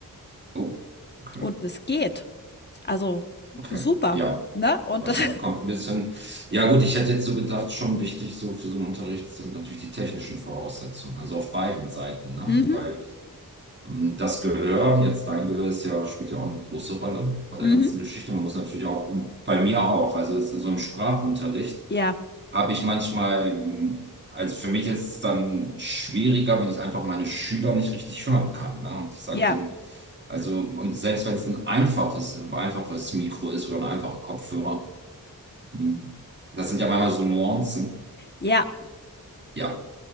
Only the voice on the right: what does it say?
Oh, okay,
okay.
Ja,
wahrscheinlich
kommt ein bisschen. Ja, gut, ich hätte jetzt so gedacht, schon wichtig so für so einen Unterricht sind natürlich die technischen Voraussetzungen, also auf beiden Seiten, ne?
Weil mh, das Gehör, jetzt dein Gehör ist ja, spielt ja auch eine große Rolle bei der
ganzen Geschichte. Man muss natürlich auch, und bei mir auch, also das ist so im Sprachunterricht.
habe ich manchmal, ähm, also für mich ist es dann schwieriger, wenn ich einfach meine Schüler nicht richtig hören kann. Ne? Und ich sage
denen, also, und selbst wenn es ein einfaches, ein einfaches Mikro ist oder ein einfacher Kopfhörer, mh, das sind ja manchmal so Nuancen.
Ja,